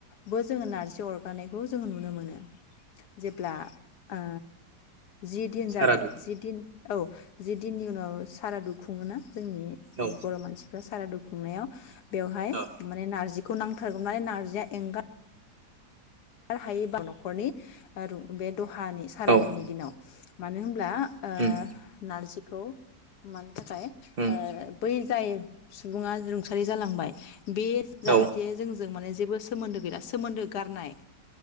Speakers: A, on the left (about 75°); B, on the right (about 50°).
A: बो जोङो नारजि अरगानायखौ जोङो नुनो मोनो जेब्ला ओ जि दिन
B: सारादु
A: जागोन जि दिन औ जि दिननि उनाव सारादु खुङोना? जोंनि
B: औ
A: बर' मानसिफ्रा सारादु खु खुंनायाव बेवहाय
B: औ
A: माने नारजि खौ नांथारगौ माने नारजिया एंगार गार हायि बा न'खरनि ओ रु बे खाहानि सारादुनि
B: औ
A: दिनाव मानो होनब्ला ओ
B: उम
A: नारजि खौ माइ थाखाय
B: उम
A: ओ बै जाय सुबुङा रुंसारि जालांबाय बे जाहाथे
B: औ
A: जोंजों माने जेबो सो सोमोन्दो गैला सोमोन्दो गारनाय